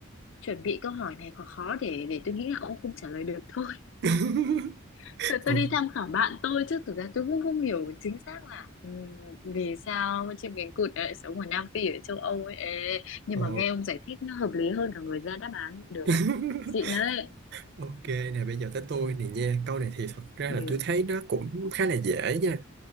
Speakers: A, on the left; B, on the right.
A: chuẩn bị câu hỏi này khó khó để để tôi nghĩ là ông không trả lời được thôi.
B: <laughs>
A: <laughs> Tôi, tôi
B: Ồ,
A: đi tham khảo bạn tôi chứ thực ra tôi cũng không hiểu chính xác là ừm, vì sao chim cánh cụt lại sống ở Nam Phi ở châu Âu ấy. Ê, Nhưng
B: ồ.
A: mà nghe ông giải thích nó hợp lý hơn cả người ra đáp án được
B: <laughs>
A: ấy. Xịn đấy.
B: Ok nè, bây giờ tới tôi nè nha. Câu này thì thật ra
A: Điều
B: là tôi thấy nó cũng khá là dễ nha.